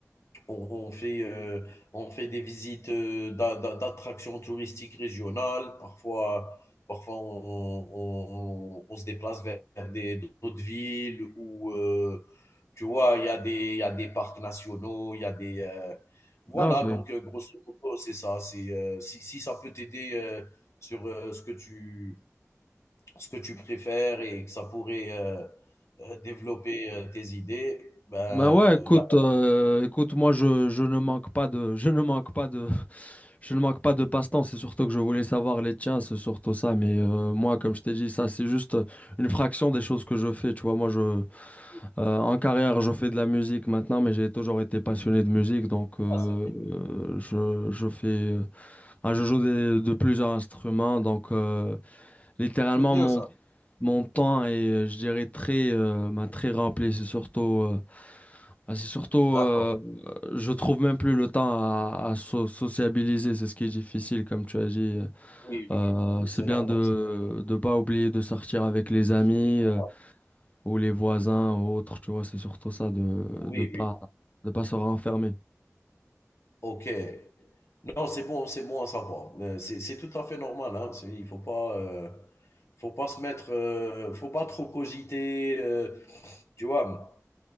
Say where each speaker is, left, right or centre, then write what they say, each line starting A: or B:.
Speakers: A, on the left; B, on the left.
A: On, on fait, euh, on fait des visites euh, d'a- d'a- d'attractions touristiques régionales. Parfois, parfois on, on- on se déplace vers des, d'autres villes où, euh, tu vois, il y a des, il y a des parcs nationaux, il y a des... euh, voilà,
B: Ah, ok.
A: donc euh, grosso modo, c'est ça. C'est, euh, si, si ça peut t'aider euh, sur euh, ce que tu, ce que tu préfères et que ça pourrait euh, euh, développer euh, tes idées, ben,
B: Bah ouais, écoute,
A: il y a pas
B: euh, écoute, moi je, je ne manque pas de, je ne manque pas de, Je ne manque pas de passe-temps, c'est surtout que je voulais savoir les tiens, c'est surtout ça. Mais euh, moi, comme je t'ai dit, ça, c'est juste une fraction des choses que je fais. Tu vois, moi, je, euh,
A: de-
B: en carrière, je fais de la musique maintenant, mais j'ai toujours été passionné de musique. Donc, euh,
A: Ah, c'est bien,
B: euh, je, je fais, euh, ah, je joue des- de plusieurs instruments. Donc, euh, littéralement,
A: c'est bien
B: mon,
A: ça.
B: mon temps est, euh, je dirais, très, euh, ben, très rempli. C'est surtout euh, ah, c'est surtout,
A: D'accord.
B: euh, je trouve même plus le temps à, à so- sociabiliser, c'est ce qui est difficile, comme tu as dit.
A: Oui, oui,
B: Euh,
A: oui,
B: c'est
A: c'est
B: bien
A: normal,
B: de ne pas oublier de sortir avec les amis
A: c'est très normal.
B: euh, ou les voisins ou autres, tu vois, c'est surtout ça, de
A: Oui,
B: de pas,
A: oui.
B: de pas se renfermer.
A: OK. Non, c'est bon, c'est bon à savoir. Euh, c'est c'est tout à fait normal, hein. C'est il faut pas, heu, faut pas se mettre, heu, faut pas trop cogiter, heu, tu vois?